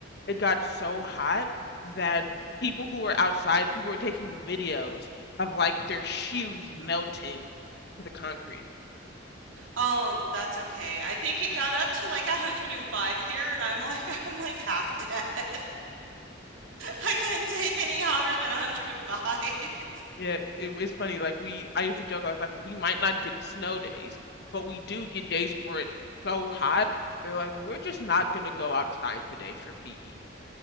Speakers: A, on the left (about 55°); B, on the right (about 80°).
A: it got so hot that people who were outside, people were taking videos of like their shoes melting to the concrete.
B: Oh, that's okay. I think it got up to like 105 here, and I'm like, <laughs> I'm like half dead. <laughs> I can't take any hotter than 105. <laughs>
A: Yeah, it, it's funny. Like we, I used to joke. I was like, we might not get snow days, but we do get days where it's so hot. They're like, we're just not gonna go outside today for PE.